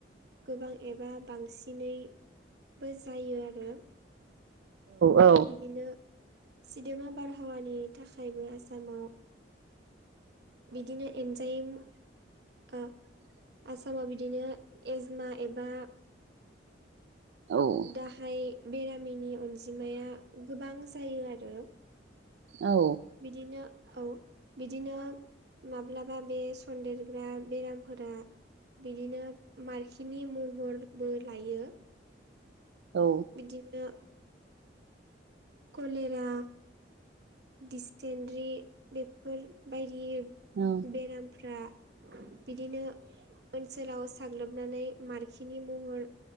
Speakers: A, on the right; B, on the right.
A: गोबां एबा बांसिनैबो जायो आरो।
B: औ
A: बिदिनो सिदोमा आबारहावानि थाखायबो आसामाव बिदिनो एन्जाइम ओ आसामाव बिदिनो एजमा एबा
B: औ
A: गाहाय बेरामिनि अनजिमाया गोबां जायो आरो।
B: औ
A: बिदिनो औ बिदिनो माब्लाबा बे सन्देरग्रा बेरामफोरा बिदिनो मारखिनि महरबो लायो।
B: औ
A: बिदिनो कलेरा दिसतेनरि बेफोरबायदि
B: औ
A: बेरामफ्रा बिदिनो ओनसोलाव साग्लोबनानै मारखिनि महर